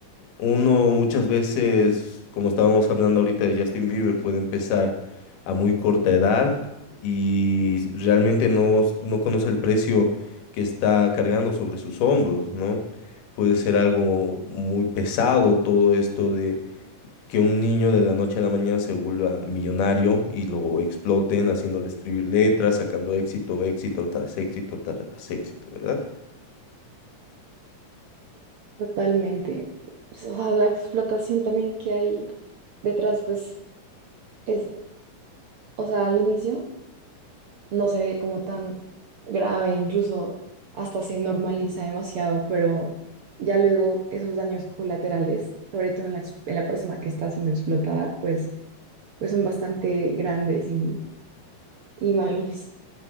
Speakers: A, on the left; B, on the right.
A: Uno muchas veces, como estábamos hablando ahorita de Justin Bieber, puede empezar a muy corta edad y realmente no, s- no conoce el precio que está cargando sobre sus hombros, ¿no? Puede ser algo muy pesado todo esto de que un niño de la noche a la mañana se vuelva millonario y lo exploten haciéndole escribir letras, sacando éxito, éxito tras éxito tras éxito, ¿verdad?
B: Totalmente. pues, O sea, la explotación también que hay detrás, pues es, o sea, al inicio. no se ve como tan grave, incluso hasta se normaliza demasiado, pero ya luego esos daños colaterales, sobre todo en la, ex- en la persona que está siendo explotada, pues, pues son bastante grandes y, y malos.